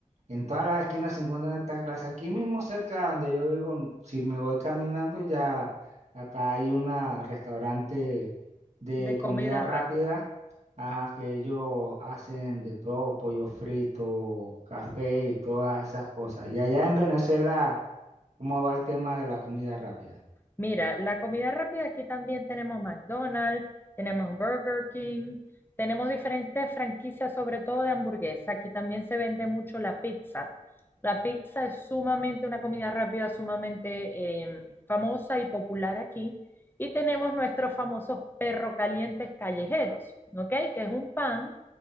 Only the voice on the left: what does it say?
de
comida
rápida.
Mira, la comida rápida aquí también tenemos McDonald's, tenemos Burger King, tenemos diferentes franquicias, sobre todo de hamburguesa. Aquí también se vende mucho la pizza. La pizza es sumamente una comida rápida, sumamente eh, famosa y popular aquí. Y tenemos nuestros famosos perro calientes callejeros, ¿ok? Que es un pan